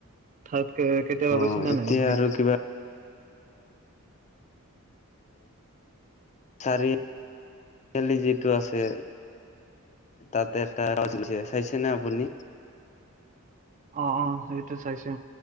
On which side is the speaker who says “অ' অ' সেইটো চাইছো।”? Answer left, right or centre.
Right